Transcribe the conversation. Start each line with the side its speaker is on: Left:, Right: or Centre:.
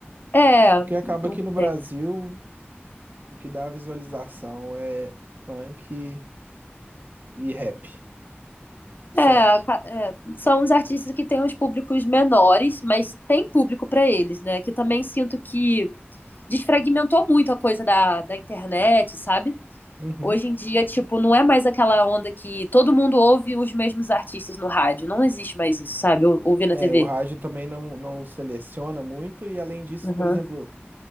Left: É,
Right: Porque acaba
Left: não
Right: aqui no Brasil,
Left: sei.
Right: o que dá visualização é funk e rap, só.
Left: É, ca- é, são os artistas que têm os públicos menores, mas tem público para eles, né? Que eu também sinto que desfragmentou muito a coisa da, da internet, sabe?
Right: Uhum.
Left: Hoje em dia, tipo, não é mais aquela onda que todo mundo ouve os mesmos artistas no rádio. Não existe mais isso, sabe? Ou, ouvir na
Right: É,
Left: TV.
Right: o rádio também não, não seleciona muito, e além disso,
Left: Aham,
Right: por exemplo.